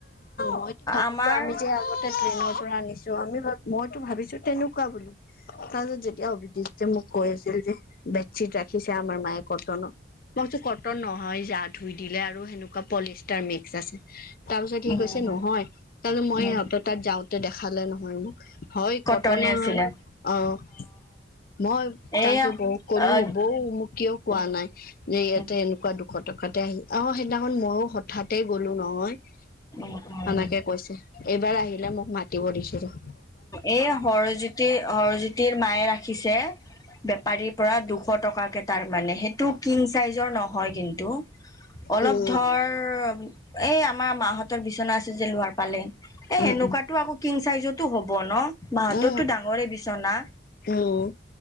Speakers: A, on the left; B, on the left.
A: মইতো ভাবিছো
B: আমাৰ
A: আমি যে আগতে ট্ৰেইনৰ পৰা আনিছো, আমি - মইতো ভাবিছো তেনেকুৱা বুলি। তাৰপিছত যেতিয়া <unintelligible> দি যে মোক। কৈ আছিল যে বেডশ্বীট ৰাখিছে আমাৰ মায়ে কটনৰ মই কৈছোঁ কটন নহয়। জা ধুই দিলে আৰু সেনেকুৱা পলিষ্টাৰ মিক্স আছে। তাৰপিছত সি
B: উম
A: কৈছে নহয়, তাৰপিছত মই
B: উম
A: সিহঁতৰ তাত যাওঁতে দেখালে নহয় মোক। হয়
B: কটনে
A: কটনৰ
B: আছিলে
A: হয়। অ'। মই তাৰ
B: এয়া
A: পিছত বৌক কলো
B: অ
A: বৌ মোক কিয় কোৱা
B: উম
A: নাই যে ইয়াতে
B: উম
A: এনেকুৱা দুশ শ টকাতে আহি অ সেইদিনাখন মইয়ো হঠাতে গ'লো নহয়।
B: উম উম
A: সেনেকে কৈছে, এইবাৰ আহিলে মোক মাতিব দিছো ৰস।
B: এই হৰজ্যোতি হৰজ্যোতিৰ মায়ে ৰাখিছে। বেপাৰীৰ পৰা দুশ টকাকে। তাৰ মানে সেইটো কিং চাইজৰ নহয় কিন্তু অলপ
A: উম
B: ধৰ এই আমাৰ মা হঁতৰ বিচনা আছে যে লোৱাৰ পালে এ
A: উম
B: সেনেকুৱাতো আক টো হ'ব ন মা হতৰতো
A: উম
B: ডাঙৰে বিচনা।
A: উম উম